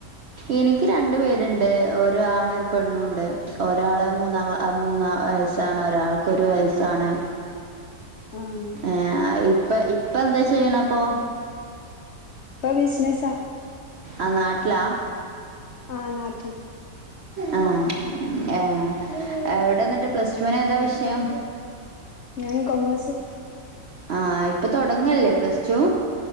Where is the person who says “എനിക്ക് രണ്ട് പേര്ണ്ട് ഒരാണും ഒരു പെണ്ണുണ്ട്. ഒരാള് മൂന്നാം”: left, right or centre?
Right